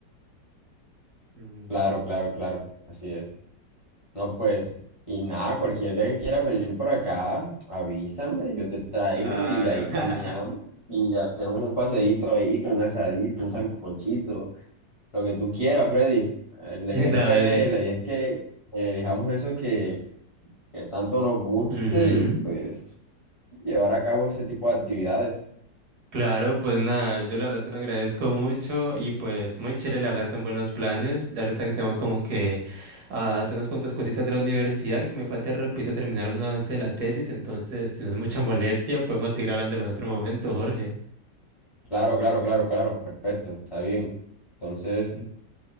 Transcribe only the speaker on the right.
Ujú,
Claro.
<laughs>
<laughs>
Dale.
Ujú.
Claro, pues nada, yo la verdad te lo agradezco mucho y pues muy chévere, la verdad son buenos planes. Ya ahorita que tengo como que ah, hacer unas cuantas cositas de la universidad que me falta, repito, terminar un avance de la tesis, entonces si no es mucha molestia, podemos seguir hablándolo en otro momento, Jorge.
<laughs>